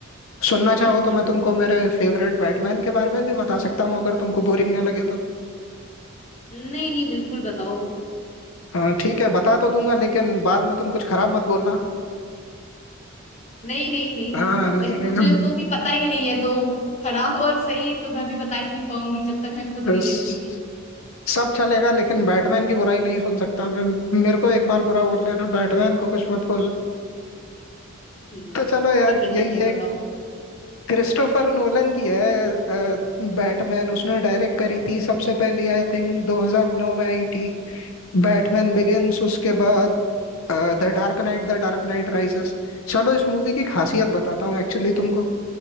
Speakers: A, on the left; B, on the left.
A: सुनना
B: हम्म
A: चाहो तो
B: हम्म
A: मैं तुमको
B: हम्म
A: मेरे फेवरेट बैटमैन के बारे में भी बता सकता हूँ अगर तुमको बोरिंग ना लगे तो
B: नहीं नहीं बिल्कुल बताओ
A: हाँ ठीक है बता तो दूंगा लेकिन बाद में तुम कुछ खराब मत बोलना
B: नहीं नहीं नहीं
A: हाँ
B: अब
A: नहीं
B: देखो
A: नहीं
B: मुझे
A: नहीं,
B: तो भी पता ही नहीं है तो खराब और सही तो मैं भी बता ही नहीं पाऊंगी जब तक मैं खुद
A: बस
B: नहीं देखूंगी
A: सब चलेगा लेकिन बैटमैन की बुराई नहीं सुन सकता मैं मेरे को एक बार बुरा बोल लेना बैटमैन को कुछ मत बोल
B: हम्म,
A: तो चलो यार
B: ठीक है ठीक
A: ये ये
B: है बताओ
A: क्रिस्टोफर नोलन की है बैटमैन उसने डायरेक्ट करी थी सबसे पहली आई थिंक 2009 में आई थी बैटमैन बिगिंस उसके बाद the Dark Knight the Dark Knight Rises चलो इस मूवी की खासियत बताता हूँ एक्चुअली तुमको